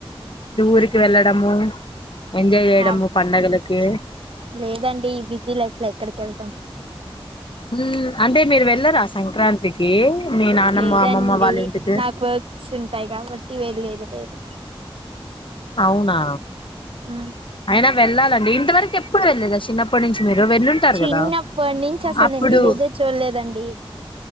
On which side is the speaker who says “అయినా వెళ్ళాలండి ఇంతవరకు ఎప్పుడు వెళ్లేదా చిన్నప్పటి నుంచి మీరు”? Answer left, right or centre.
Left